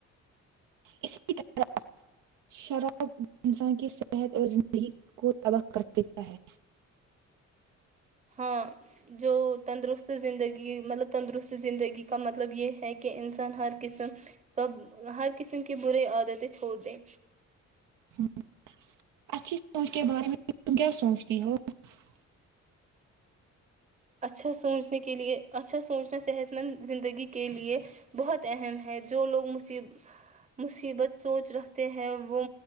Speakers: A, on the right; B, on the right.
A: اسی طرح شراب انسان کی صحت اور زندگی کو تباہ کر دیتا ہے
B: ہاں <unintelligible> جو تندرست زندگی مطلب تندرست زندگی کا مطلب یہ ہے کہ انسان ہر قسم کا ہر قسم کی بررے عادتیں چھوڑ دے
A: ہوں <unintelligible> اچھی سوچ <unintelligible> کے بارے میں تم کیا سوچتی ہو <unintelligible>
B: اچھا سوچنے کے لیے ا عن چھا سوچنا صحت مند زندگی کے لے بہت اہم ہے جو لوگ مصیب مصیبت سوچ رکھتے ہیں وہ